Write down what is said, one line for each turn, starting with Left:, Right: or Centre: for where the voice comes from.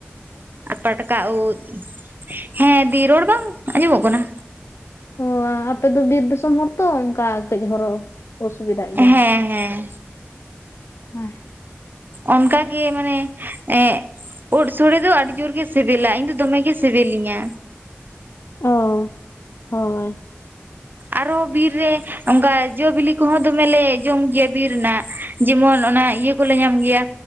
Right: ᱟᱨ ᱯᱟᱴᱠᱟ ᱩᱫ ᱦᱮᱸ ᱫᱤ ᱨᱚᱲ ᱵᱟᱝ ᱟᱸᱡᱚᱢᱚᱜ ᱠᱟᱱᱟ
Left: ᱚ ᱟᱯᱮ ᱫᱚ ᱵᱤᱨ ᱫᱤᱥᱚᱢ ᱦᱚᱲ ᱛᱚ ᱚᱱᱠᱟ ᱠᱟᱹᱡ ᱦᱚᱨᱚ ᱚᱥᱩᱵᱤᱫᱷᱟᱜ ᱜᱮᱭᱟ
Right: ᱦᱮᱸ ᱦᱮᱸ
Left: ᱦᱮᱸ
Right: ᱚᱱᱠᱟᱜᱮ ᱢᱟᱱᱮ ᱮᱸ ᱩᱫ ᱥᱳᱲᱮ ᱫᱚ ᱟᱹᱰᱤ ᱡᱳᱨ ᱜᱮ ᱥᱤᱵᱤᱞᱟ ᱤᱧ ᱫᱚ ᱫᱚᱢᱮ ᱜᱮ ᱥᱤᱵᱤᱞᱤᱧᱟᱹ
Left: ᱚ ᱦᱳᱭ
Right: ᱟᱨᱦᱚ ᱵᱤᱨ ᱨᱮ ᱚᱱᱠᱟ ᱡᱚᱵᱤᱞᱤ ᱠᱚᱦᱚᱸ ᱫᱚᱢᱮᱞᱮ ᱡᱚᱢ ᱜᱮᱭᱟ ᱵᱤᱨ ᱨᱮᱱᱟᱜ ᱡᱮᱢᱚᱱ ᱚᱱᱟ ᱤᱭᱟᱹ ᱠᱚᱞᱮ ᱧᱟᱢ ᱜᱮᱭᱟ